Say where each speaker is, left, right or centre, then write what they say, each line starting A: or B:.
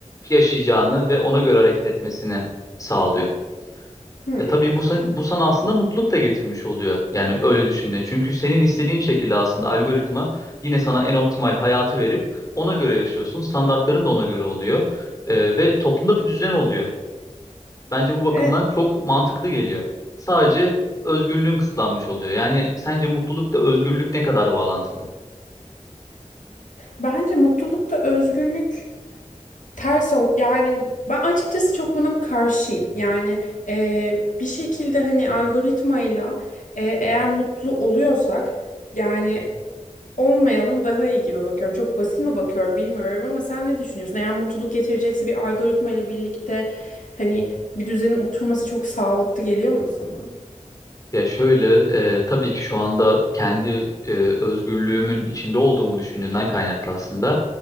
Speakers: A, on the left (about 25°); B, on the left (about 80°).
A: yaşayacağını ve ona göre hareket etmesini sağlıyor.
B: Hmm.
A: Ya tabii bu sana, bu sana aslında mutluluk da getirmiş oluyor. Yani öyle düşündüğünde. Çünkü senin istediğin şekilde aslında algoritma yine sana en optimal hayatı verip ona göre yaşıyorsun. Standartların da ona göre oluyor. Ee, ve toplumda bir düzen oluyor. Bence bu bakımdan
B: Evet.
A: çok mantıklı geliyor. Sadece özgürlüğün kısıtlanmış oluyor. Yani sence mutlulukla özgürlük ne kadar bağlantılı?
B: Bence mutlulukta özgürlük ters o- yani ben açıkçası çok buna karşıyım. Yani e, bir şekilde hani algoritmayla e, eğer mutlu oluyorsak yani olmayalım daha iyi gibi bakıyorum. Çok basit mi bakıyorum bilmiyorum ama sen ne düşünüyorsun? Eğer mutluluk getirecekse bir algoritma ile birlikte hani bir düzenin oturması çok sağlıklı geliyor mu sana?
A: Ya şöyle, e, tabii ki şu anda kendi e, özgürlüğümün içinde olduğumu düşündüğümden kaynaklı aslında